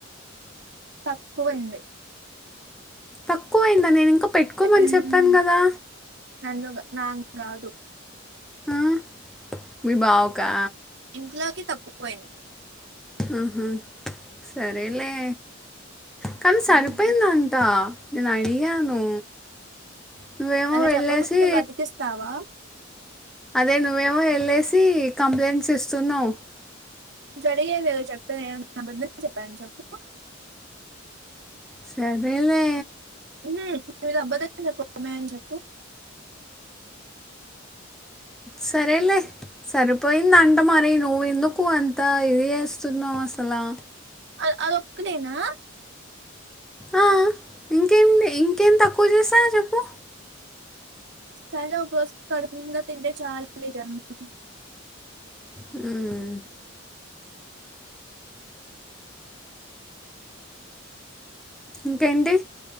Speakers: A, on the right; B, in the centre.
A: తక్కువైంది.
B: తక్కువ అయిందా నేను ఇంకా పెట్టుకోమని
A: ఉమ్,
B: చెప్పాను కదా.
A: నన్ను గా నాకు గాదు.
B: ఆ మీ బావకా
A: ఇంట్లోకి తక్కువపోయింది
B: ఆహ సరేలే కానీ సరిపోయింది
A: ఉమ్,
B: అంట నేను అడిగాను నువ్వేమో
A: అలా
B: వెళ్ళేసి
A: చెప్పకపోతే బతికిస్తావా
B: అదే నువ్వేమో వెళ్ళేసి కంప్లైంట్స్ ఇస్తున్నావు
A: జరిగేదే కదా చెప్పేడి నేను ఏమన్నా అబద్దం చెప్పాన చెప్పు
B: సరే లే
A: హ్మ్ నేను అబ్బడం చెప్పిన చెప్పు
B: సరే అలేే సరిపోయిదంటా మరి ను ఎందు క్కు అంతా ఇది చేస్తున్నావ్ అసలు
A: అ అదొక్కటేనా
B: ఆ, ఇంకేం ఇంకేమి తక్కువ చేసా చెప్పు
A: సరే <unintelligible> రోజు కడుపునిండా తింటే చాలు ఈ జన్మకి
B: హ్మ్ ఇంకేంటి